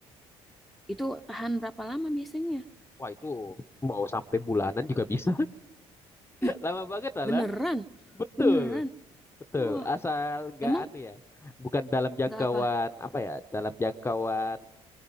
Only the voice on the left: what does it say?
Wah itu mau sampai bulanan juga bisa.
Lama banget lah.
Betul,
betul.
Asal nggak
aneh ya. Bukan dalam jangkauan
apa ya? Dalam jangkauan